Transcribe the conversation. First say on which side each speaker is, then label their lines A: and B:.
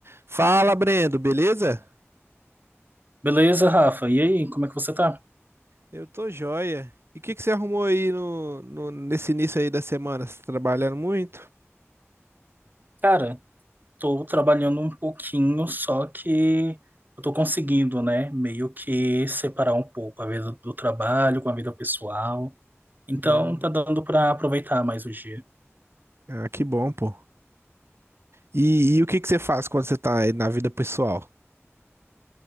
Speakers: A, on the right; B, on the right.
A: Fala, Brendo, beleza?
B: Beleza, Rafa? E aí, como é que você tá?
A: Eu tô joia. E o que que você arrumou aí no, no- nesse início aí da semana? Você tá trabalhando muito?
B: Cara, tô trabalhando um pouquinho, só que eu tô conseguindo, né, meio que separar um pouco a vida do trabalho com a vida pessoal. Então,
A: Hum,
B: tá dando pra aproveitar mais o dia.
A: ah, que bom, pô. E, e o que que você faz quando você tá aí na vida pessoal?